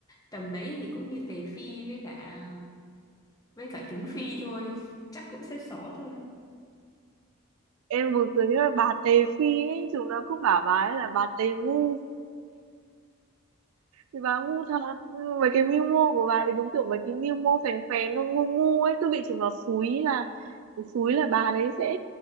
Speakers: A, on the left (about 15°); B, on the right (about 75°).
A: tầm đấy thì cũng như Tề Phi với cả với cả Kính Phi thôi, chắc cũng xếp xó thôi.
B: em vừa cười với bà tề phi ấy chúng nó cứ bảo bà ấy là bà tề ngu thì bà ngu thật Nhưng mà mấy cái mưu mô của bà thì đúng kiểu mấy cái mưu mô phèn phèn nó ngu ngu ấy cứ bị chúng nó xúi là xúi là bà đấy sẽ